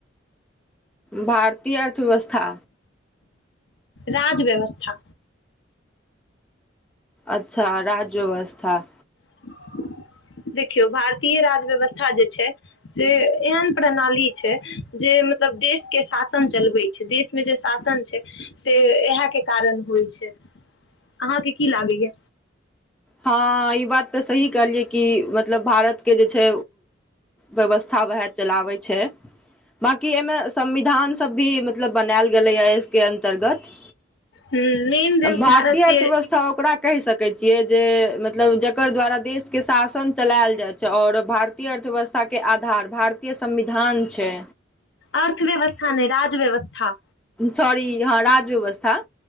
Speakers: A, in the centre; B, on the left.
A: भारतीय अर्थव्यवस्था।
B: राज व्यवस्था।
A: अच्छा राज्य व्यवस्था
B: <unintelligible> देखियौ भारतीय राज व्यवस्था जे छै से एहन प्रणाली छै जे मतलब देशके शासन चलबै छै, देशमे जे शासन छै से इएहके कारण होइ छै, अहाँके की लागैए?
A: हँ ई बात त सही कहलियै कि मतलब भारतके जे छै व्यवस्था वैह चलाबै छै, बाँकी एहिमे संविधान सब भी मतलब बनायल गेलैए एहिके अन्तर्गत
B: मेन
A: भारतीय
B: भारत
A: अर्थव्यवस्था
B: के
A: ओकरा कहि सकै छियै से मतलब जकर द्वारा देश के शासन चलायल जाइ छै और भारतीय अर्थव्यवस्थाके आधार भारतीय संविधान छै।
B: अर्थव्यवस्था नहि राज व्यवस्था
A: साॅरी वैह राजव्यवस्था। हां,